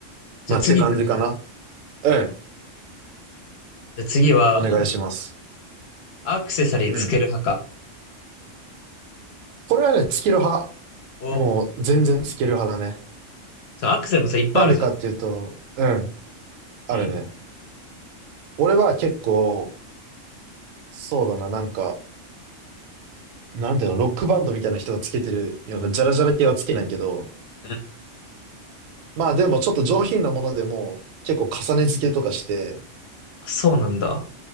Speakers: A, on the left; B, on the right.
A: じゃあ次行くね。
B: まあって感じかな。うん。
A: じゃあ次は、
B: お願いします。
A: アクセサリーつける派か。
B: うん。これはね、月ロ派。
A: を
B: もう全然つける派だね。
A: そう、アクセルもさ、いっぱいあるじゃん。
B: なんでかっていうと、うん、あるね。
A: うん。
B: 俺は結構、そうだな、なんか、なんていうの、ロックバンドみたいな人がつけてるような、ジャラジャラ系はつけないけど、
A: うん
B: まあでもちょっと上品なものでも、結構重ね付けとかして、
A: そうなんだ。